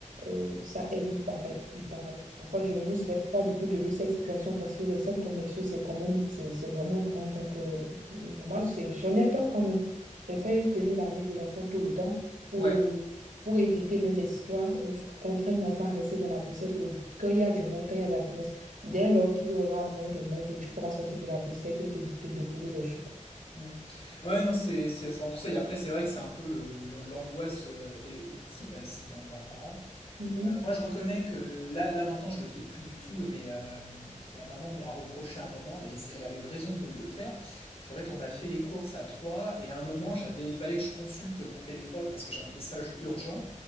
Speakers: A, on the right; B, on the left.
A: euh, ça aide, il paraît, il paraît. Après, je ne nous souhaite pas du tout de vivre cette situation parce que les centres commerciaux, c'est quand même, c'est c'est vraiment grand. Donc, euh, moi, c'est- j'en ai peur quand même. Je préfère tenir la main de l'enfant tout le temps ou
B: Ouais,
A: pour éviter même des histoires, euh, contraindre l'enfant à rester dans la poussette le- quand il y a du monde, quand il y a d'affluence. Dès lors qu'il y aura moins de monde, tu pourras sortir de la poussette et te, te défouler les choses.
B: Mm. Ouais, non, c'est c'est un conseil. Après, c'est vrai que c'est un peu le- l'angoisse euh, et- ultime euh, c'est d'un d'un parent.
A: Mhm.
B: Euh, Moi, je reconnais que euh, là, là maintenant, je le fais plus du tout, mais euh, la maman me l'a reproché à un moment et c- elle avait eu raison de me le faire. C'est qu'en fait, on a fait les courses à trois et à un moment, j'avais, il fallait que je consulte mon téléphone parce que j'ai un message urgent.